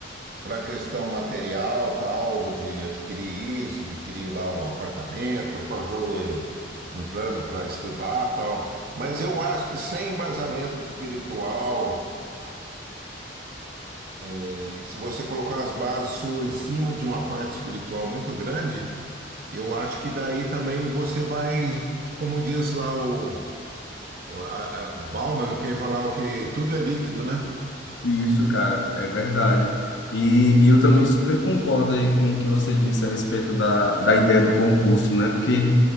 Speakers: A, on the right; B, on the left.
A: para a questão material, tal, de adquirir isso, adquirir lá um apartamento, fazer um plano para estudar, tal. Mas eu acho que sem embasamento espiritual, eh, se você colocar as bases suas em cima de uma parte espiritual muito grande, Eu acho que daí também você vai, como diz lá o, o a, a Bauman, que ele falava que tudo é líquido, né?
B: Isso, cara, é verdade. E, e eu também super concordo aí com o que você disse a respeito da, da ideia do concurso, né? Porque